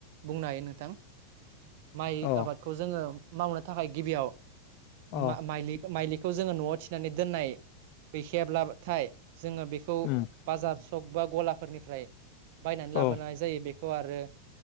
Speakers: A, on the right; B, on the left.
A: बुंनो हायो नोंथां माइ
B: हो
A: आबादखौ जोङो मावनो थाखाय गिबियाव
B: अ
A: मा माइलि‌ माइलिख खौ जोङो न'आव थिनानै दोननाय बैखायाब्लाबथाय जोङो बेखौ
B: उम
A: बाजार हक बा गलाफोरनिफ्राय बायनानै लाबोनाय
B: औ
A: जायो बेखौ आरो